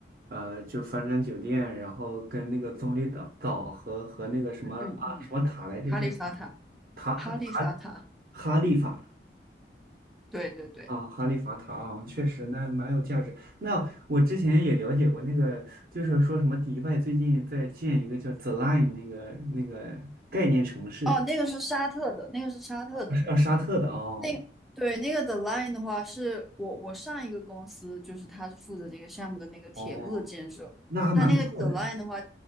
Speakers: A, on the right; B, in the centre.
A: 呃，就帆船酒店，然后跟那个棕榈岛岛和和那个什么啊什么塔来着，
B: 嗯嗯嗯，哈利法塔，
A: 叫塔哈塔
B: 哈利法塔，
A: 哈利法
B: 对对对，
A: 啊，哈利法塔啊，确实那蛮有价值。那我之前也了解过那个，就是说什么迪拜最近在建一个叫 The Line 那个那个概念城市，
B: 哦，那个是沙特的，那个是沙特的。
A: 呃是啊沙特的哦
B: 那对那个 The Line 的话，是我我上一个公司，就是他是负责这个项目的那个铁路的建设。
A: 哦，那还蛮酷的哎
B: 他那个 The Line 的话，